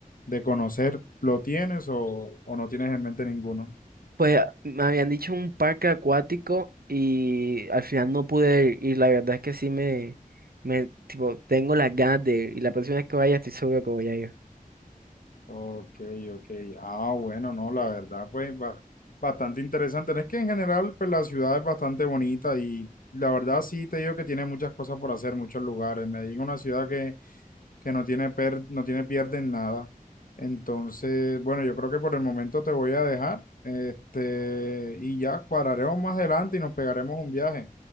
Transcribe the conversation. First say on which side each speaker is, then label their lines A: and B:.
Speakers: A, on the left; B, on the right.
A: de conocer, ¿lo tienes o, o no tienes en mente ninguno?
B: Pues me habían dicho un parque acuático y al final no pude ir. Y la verdad es que sí me, me, tipo, tengo las ganas de ir. Y la próxima vez que vaya estoy seguro que voy a ir.
A: Ok, ok. Ah, bueno, no, la verdad, pues ba- bastante interesante. Es que en general, pues la ciudad es bastante bonita y la verdad sí te digo que tiene muchas cosas por hacer, muchos lugares. Medellín es una ciudad que que no tiene per, no tiene pierde en nada. Entonces, bueno, yo creo que por el momento te voy a dejar, este, y ya cuadraremos más adelante y nos pegaremos un viaje.